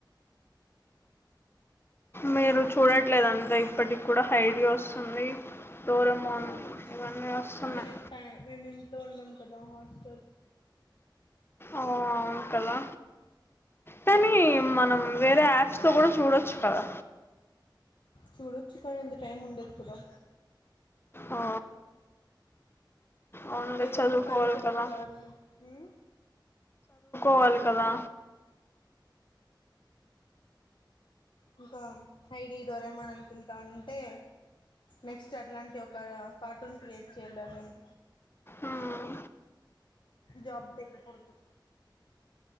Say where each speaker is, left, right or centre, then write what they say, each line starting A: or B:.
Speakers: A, on the left; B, on the left.
A: మీరు చూడట్లేదు అంతా ఇప్పటికి కూడా ఐడియా వస్తుంది డోరమోన్
B: అవునా
A: ఇవన్నీ వస్తున్నాయి
B: అంటే లైక్ మేము ఇంట్లో ఉన్నాం పెద్ద వర్స్
A: ఓ అవును కదా కానీ మనం వేరే యాప్స్ తో గూడా చూడొచ్చు కదా
B: చూడొచ్చు కానీ అంత టైం ఉండదు కదా
A: ఆ, అవునులే
B: ఏదో
A: చదువుకోవాలి
B: ఒక పని చెప్తారు
A: కదా
B: ఉ
A: కోల్ కదా
B: ఇంకా ఐడి డోరామాన్ అనుకుంటా ఉంటే నెక్స్ట్ అట్లాంటి ఒక కార్టూన్ క్రియేట్ చెయ్యాల నేను
A: ఉమ్,
B: జాబ్ లేకపోదు